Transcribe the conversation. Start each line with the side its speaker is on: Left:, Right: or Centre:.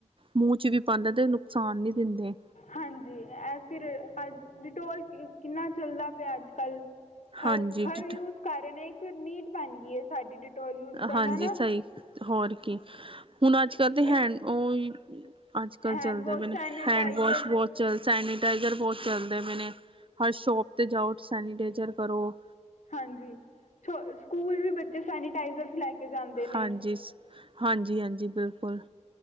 Right: ਮੂੰਹ ਚ ਵੀ ਪਾਉਂਦਾ, ਤੇ ਨੁਕਸਾਨ ਨਹੀਂੀ ਦਿੰਦੇ।
Left: ਹਾਂਜੀ, ਇਹ ਫਿਰ ਅੱ ਡਿਟੋਲ ਕਿੰਨਾ ਚੱਲਦਾ ਪਿਆ, ਅੱਜ ਕੱਲ੍ਹ ਹਰ
Right: ਹਾਂਜੀ
Left: ਹਰ
Right: ਡਿਟ
Left: ਯਊਜ਼ ਕਾਰਨ ਇਹ, ਇੱਕ ਨੀਡ ਬਣ ਗਈ ਹੈ। ਸਾਡੀ, ਡਿਟੋਲ ਯੂਜ ਕਰਨਾ
Right: ਹਾਂਜੀ,
Left: ਨਾ
Right: ਸਹੀ ਹੋਰ ਕੀ ਹੁਣ, ਅੱਜ ਕੱਲ੍ਹ, ਤੇ ਹੈ।
Left: ਇਸ
Right: ਉਹ, ਅੱਜ ਕੱਲ੍ਹ,
Left: ਹੈਂਡ
Right: ਚਲਦੇ
Left: ਵਾਸ਼
Right: ਪ
Left: ਸੈਨੇਟਾਈਜ਼ਰ
Right: ਹੈਂਡ ਵਾਸ਼ ਵੋਸ਼ ਚਲ ਸੈਨੀਟਾਈਜ਼ਰ ਬਹੁਤ ਚੱਲਦਾ ਪੈਨੇ। ਹਰ ਸ਼ੋਪ 'ਤੇ ਜਾਓ ਸੈਨੀਟਾਈਜ਼ਰ ਕਰੋ।
Left: ਹਾਂਜੀ। ਸਕੂਲ ਵੀ ਬੱਚੇ ਸੈਨੀਟਾਈਜ਼ਰ ਲੈ ਕੇ ਜਾਂਦੇ ਨੇ
Right: ਹਾਂਜੀ। ਹਾਂਜੀ -ਹਾਂਜੀ ਬਿਲਕੁਲ।